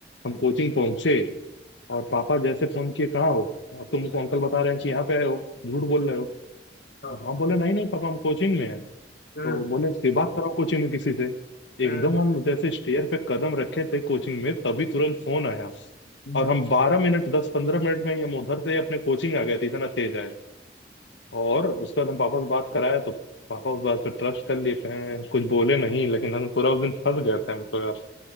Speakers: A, on the left; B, on the left.
A: हम कोचिंग पहुंचे और पापा जैसे फोन किए कहाँ हो अब तुमको अंकल बता रहे हैं कि यहाँ पे आए हो झूठ बोल रहे हो
B: हाँ, हाँ।
A: हाँ बोले नहीं नहीं पापा हम कोचिंग में हैं
B: हम्म,
A: तो बोले फिर बात कराओ कोचिंग में किसी से
B: हम्म,
A: एकदम हम जैसे स्टेयर पे कदम रखे थे कोचिंग में तभी तुरंत फोन आया
B: हम्म।
A: और हम बारह मिनट दस पंद्रह मिनट में ही हम उधर से अपने कोचिंग आ गए थे इतना तेज आए और उसके बाद हम पापा से बात कराए तो पापा उस बात पे ट्रस्ट कर लिए कहें कुछ बोले नहीं लेकिन हम पूरा उस दिन फंस गए थे हम तो यार